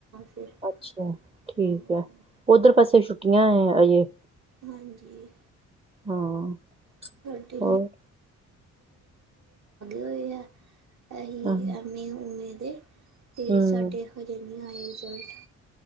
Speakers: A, on the right (about 60°); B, on the right (about 20°).
A: ਫਿਰ
B: ਅੱਛਾ ਠੀਕ
A: ਹਾਂ
B: ਐ, ਉੱਧਰ ਪਾਸੇ ਛੁੱਟੀਆਂ ਐ ਅਜੇ
A: ਹਾਂਜੀ,
B: ਹਾਂ,
A: <unintelligible> ਆ ਗਏ
B: ਹੋਰ
A: ਹੋਏ ਐ। ਐਸੀ
B: ਹਾਂ
A: <unintelligible> ਐੱਮ ਏ ਉਮੇ ਦੇ, ਤੇ
B: ਹਮ
A: ਸਾਡੇ ਹਲੇ ਨੀ ਆਏ ਰਿਜ਼ਲਟ